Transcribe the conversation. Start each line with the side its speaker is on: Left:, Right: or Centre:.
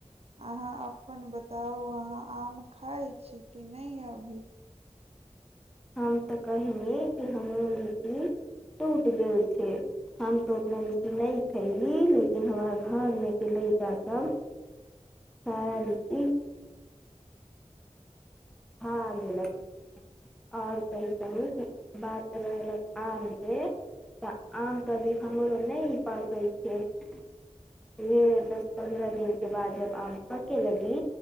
Right: अहाँ अपन बताउ अहाँ आम खाइ छी कि नहि अभी
Centre: हम तऽ कहहिनेिय कि हमरो लीचकी टूट गेल छै हम तो उतना लीचिन नहि खैली लेकिन इ हमर हाँ घरमेके लड़काभ सारा लीची भा गेलक आओर कहीँ कनी बात रहलक आमके तऽ आम तऽ अभी हमरो नहि पकै छै वह दस पन्द्रह दिनके बाद जब आम पक लगी